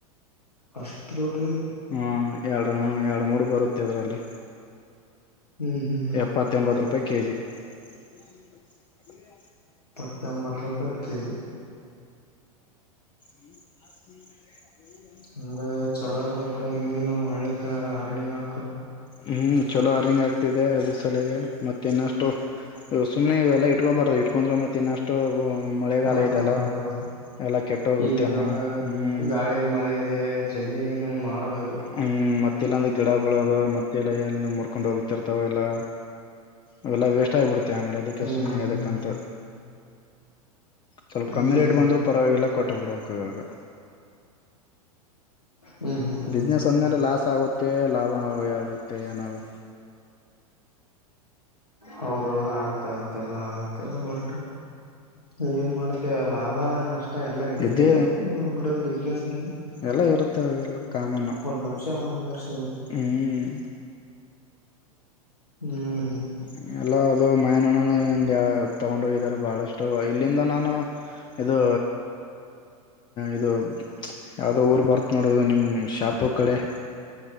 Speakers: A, on the left; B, on the left.
A: ಅಷ್ಟು ದೊಡ್ಡ
B: ಹ್ಮ ಎರಡು ಹ್ಮ ಎರ ಎರಡು ಮೂರು ಬರುತ್ತೆ ಅದರಲ್ಲಿ
A: ಹ್ಮ್ ಹ್ಮ್ ಹ್ಮ್
B: ಎಪ್ಪತ್ತ ಎಂಬತ್ತು ರೂಪಾಯಿ ಕೆಜಿ ಹ್ಮ್ ಹ
A: ಜಾಮಂಬಥ ಪ ಕೆಿ
B: ಹ್ಮ
A: ಅಂದ್ರೆ ಚಲೋ ಅಲ್ಲ ಬಿಡ ನಿನ್ಗ ಒಳ್ಳಕ್ಕ ಅರ್ನಿಂಗ್ ಆಗ್
B: ಹ್ಮ್ ಚಲೋ ಅರನಿಂಗ ಅಗ ಆಗ್ತಿದೆ ಅದರ ಸಲಗೆ ಮತ್ತ ಇನ್ನಷ್ಟು ಸುಮ್ನೆ ಇವೆಲ್ಲಾ ಇಟ್ಕೋಬಾರ್ದು ಇಟ್ಕೊಂಡ್ರೆ ಮತ್ತ ಇನ್ನಷ್ಟು. ಮಳೆಗಾಲ
A: ಹಾ
B: ಇದೆಲ್ಲ
A: ಹೌದೌದು
B: ಎಲ್ಲಾ ಕೆಟ್ಟ ಹೋಗುತ್ತೆ
A: ಈಗ
B: ಅಮ್ಮ
A: ಅದ್ರಾಗ
B: ಹ್ಮ್
A: ಗಾಳಿ ಮಳೆ ಇದೆ ಜಲ್ದಿ ನೀನು ಮಾರಬೇಕು.
B: ಹ್ಮ್ ಮತ್ತೆಲ್ಲೊಂದ ಐತಿ. ಗಿಡ ಬೆಳೆದ ಮತ್ತೆ ಲಯನ ಮುರಕೊಂಡು ಹೋಗುತ್ತೆ. ಇರ್ತಾವ ಎಲ್ಲಾ ಅವೆಲ್ಲ ವೇಸ್ಟ್ ಆಗಿಬಿಡತೆ ಆಮೇಲೆ ಅದಕ್ಕೆ
A: ಹ್ಮ್
B: ಸುಮ್ಮ್ನೆ ಎದಕ್ಕಂತ. ಸ್ವಲ್ಪ
A: ಹ್ಮ್
B: ಕಮ್ಮಿ ರೇಟ್ ಬಂದ್ರು ಪರವಾಗಿಲ್ಲ. ಒಟರ ಓಡುವ ಕ್ವೆಯಾಗ.
A: ಹ್ಮ್ ಹ್ಮ್ ಹ್ಮ್
B: ಬಿಸ್ನೆಸ್ ಒಂದ್ಮೇಲೆ ಲಾಸ್ ಆಗುತ್ತೆ ಲಾಭ ಹಾಗೂ ಎರಡು. ಮತ್ತೆ ಏನದು
A: ಹೌದೌಹೌದು ಆಗುತ್ತೆ ಆಗುತ್ತೆ ಎಲ್ಲ ಆಗುತ್ತೆ ಬಟ್ ಏನ್ ಮಾಡ್ತೀಯಾ. ಲಾಭ ನಷ್ಟ. ಎಲ್ಲಾ ಇರುತ್ತೆ
B: ಇದೇ
A: ಬಿಡು ಬಿಸ್ನೆಸ್ ಅಲ್ಲಿ
B: ಎಲ್ಲ ಇರುತ್ತೆ ಅವೆಲ್ಲ ಕಾಮನು
A: ಒಂದ್ ವರ್ಷ ಒಂದ್ ವರ್ಷ
B: ಹ್ಮ್
A: ಹ್ಮ್
B: ಹ. ಎಲ್ಲ ಅದು ಮಯನಣನ. ತಗೊಂಡೋಗಿದ್ದಾರೆ ಬಾಳಷ್ಟು ಇಲ್ಲಿಂದ ನಾನು ಇದು ಇದು ಯಾವುದೋ ಊರು ಬರ್ತ್ತ ನೋಡದು ನಿಮ್ಮ ಶಾಪುರ್ ಕಡೆ.